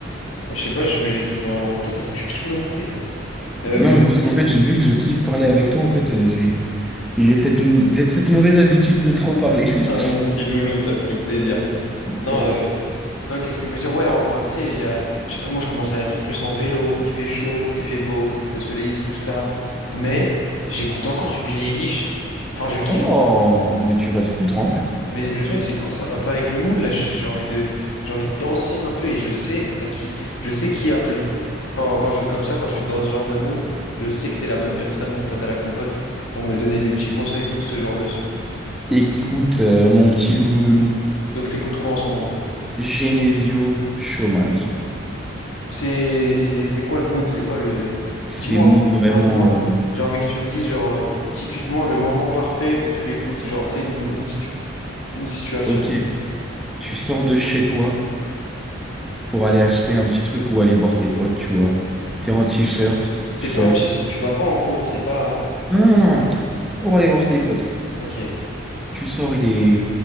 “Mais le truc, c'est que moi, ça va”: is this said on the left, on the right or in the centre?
Left